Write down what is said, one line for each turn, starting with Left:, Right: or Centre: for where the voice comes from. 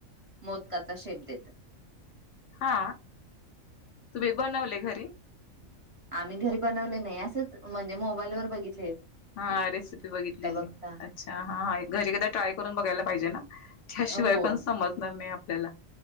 Right: मोदकाचा शेप देत
Left: हा तु्ही बनवले घरी
Right: आम्ही घरी बनवले नाही असंच म्हणजे मोबाईलवर बघित
Left: हा रेसिपी बघितलेली
Right: बघता
Left: अच्छा हाा घरी एकादा ट्राय करून बघायला पाहिजे ना त्याशिवाय
Right: हो
Left: पण समजणार नाही ला